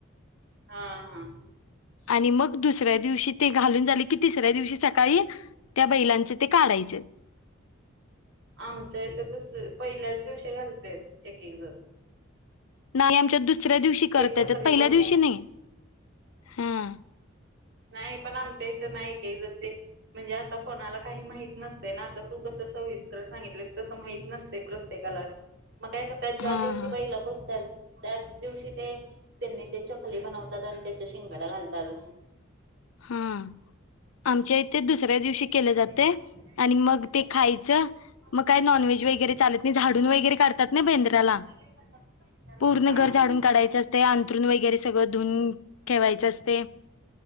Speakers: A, on the right (about 55°); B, on the left (about 80°).
A: हा हा.
B: आणि मग दुसऱ्या दिवशी ते घालून झाले कि, तिसऱ्या दिवशी सकाळी त्या बैलांचं ते काढायचं.
A: आमच्या इथ तस पहिल्याच दिवशी घालत्यात एक-एक जण.
B: नाही आमच्यात दुसऱ्या दिवशी
A: ते
B: करता
A: चकली
B: येतात, पहिल्या
A: बनवून
B: दिवशी नाही. हां
A: नाही पण आमच्या इथं ना, एक-एक जण ते म्हणजे आता कोणाला काही माहित नसतय ना, आता तू कस सविस्तर सांगितलीस तस माहित नसतय प्रत्येकाला. मग काय करताात, ज्या
B: हां
A: दिवशी
B: हां
A: बैल पुजतात, त्याच दिवशी ते त्यांनी ते चप खली बनवतात, आणि त्याच्या शेंगाला घालतात.
B: हम्म. आमच्या इथे दुसऱ्या दिवशी केलं जातंय,
A: इथे दुसऱ्या दिवशी
B: आणि मग
A: केलं
B: ते
A: जातंय
B: खायचं मग
A: ते
B: काय नॉनव्हेज
A: खायचं.
B: वगैरे
A: काही
B: चालत नाही, झाडून
A: मागून
B: वगैरे काढतात
A: खायचं,
B: नई
A: झाडून
B: बेंद्राला.
A: <unintelligible>
B: पूर्ण घर झाडून
A: हा.
B: काढायचं असतय, अंंतरुण वगैरे सगळं धुन ठेवायचं असतय.